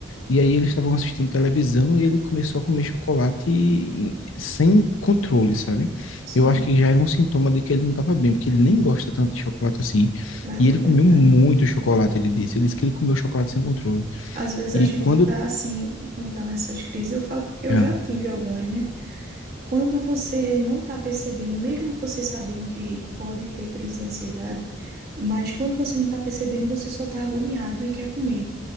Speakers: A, on the left (about 80°); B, on the right (about 50°).
A: e aí eles estavam assistindo televisão e ele começou a comer chocolate sem controle, sabe?
B: sim,
A: Eu acho que já era um sintoma de que ele não tava bem, porque ele nem gosta tanto de chocolate assim,
B: mas
A: e
B: é
A: ele
B: verdade.
A: comeu muito chocolate, ele disse. Ele disse que ele comeu chocolate sem controle.
B: Às vezes
A: E
B: a gente
A: quando...
B: tá assim, quando tá nessas crises, eu falo porque eu
A: Ah,
B: já tive algumas, né? Quando você não tá percebendo, mesmo você sabendo que pode ter crise de ansiedade, mas quando você não tá percebendo, você só tá agoniado e quer comer.